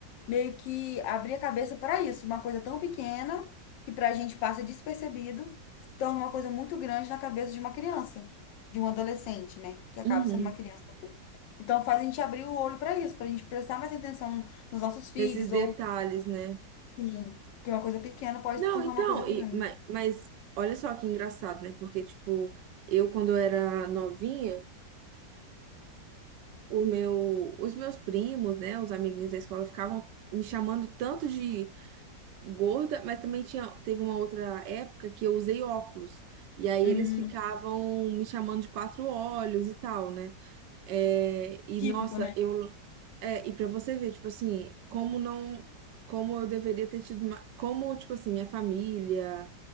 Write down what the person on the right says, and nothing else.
Uhum.
Nesses detalhes,
né?
Não,
então,
e- ma- mas, olha só que engraçado, né? Porque, tipo, eu quando eu era novinha, o meu, os meus primos, né, os amiguinhos da escola ficavam me chamando tanto de gorda, mas também tinha, teve uma outra época que eu usei óculos. E aí
eles ficavam me chamando de quatro olhos e tal, né? É, e
nossa,
eu é, e para você ver, tipo assim, como não como eu deveria ter tido uma, como tipo assim, minha família